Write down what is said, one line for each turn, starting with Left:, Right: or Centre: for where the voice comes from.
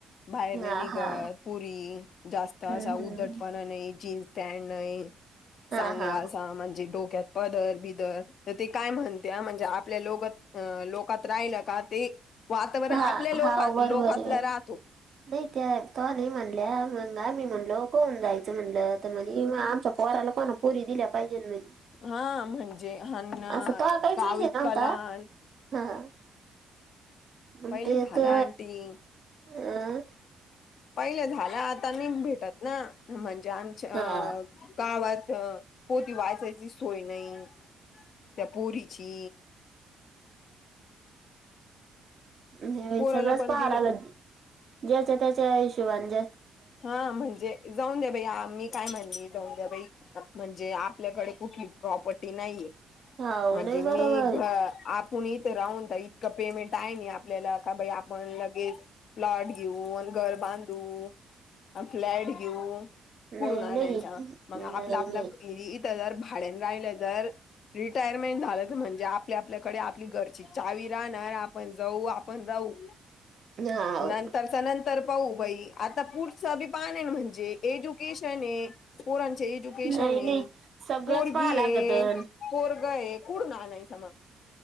Left: बाहेर नाही
Right: हा
Left: निघत
Right: हा
Left: पोरी जास्त असा
Right: हम्म
Left: उदटपणा
Right: हम्म
Left: नाही जीन्स त्या नाही
Right: हा
Left: चांगला
Right: हा
Left: असा म्हणजे डोक्यात पदर बिदर तर ते काय म्हणते म्हणजे आपल्या लोक लोकात राहिल का ते वातावरण
Right: हा
Left: आपल्या लोक
Right: हा बरोबर
Left: लोकातला
Right: बरोबर
Left: राहतो.
Right: नाही त्या तो नाही म्हणल्या मंगा मी म्हणलो कोण जायचं म्हण तर म्हणे आमच्या पोराला कोणा पोरी दिल्या पाहिजे म्हणे
Left: हा म्हणजे हन्न
Right: असं तवा काहीच
Left: गाव
Right: विषय
Left: इतक
Right: नव्हता
Left: लहाण
Right: हा.. मग
Left: पहिले
Right: ते
Left: झाला
Right: ते
Left: आंटी.
Right: अ
Left: पहिले झाला आता नाही भेटत ना म्हणजे आम्ही च
Right: हा
Left: अ.. गावात पोती वाचायची सोय नाहीय. त्या पोरीची
Right: हे
Left: पोराला
Right: सगळंच
Left: पण
Right: पाहा
Left: दिलं
Right: लागन ज्याच्या त्याच्या हिशोबान ज
Left: हा म्हणजे जाऊन द्या बाई मी काय म्हणली जाऊन द्या बाई म्हणजे आपल्याकडे कुठली प्रॉपर्टी नाहीये
Right: हाव
Left: म्हणजे
Right: नाही बरोबर
Left: मी
Right: आहे
Left: घ कोणी इथं राहून इतकं पेमेंट आहे ना आपल्याला का बाई आपण लगेच प्लाट घेऊन घर बांधून फ्लॅट घेऊ कुडून
Right: नाही
Left: आणण्याचा
Right: नाही
Left: मग आपला,
Right: नाही
Left: आपला
Right: नाही
Left: इथं जर भाडेन राहिले तर रिटायरमेंट झालं तर म्हणजे आपली आपल्याकडे आपली घरची चावी राहणार पण जाऊ आपण राहू
Right: हाव
Left: नंतरच्या नंतर पाहू बाई आता पुढचं पुढचभी पाहन म्हणजे एज्युकेशन आहे पोराचं एजुकेशन
Right: नाही
Left: आहे
Right: नाही सगळंच
Left: पोरगी
Right: पाहावं लागतं
Left: आहे, पोरग आहे कुडून आणायचं मग.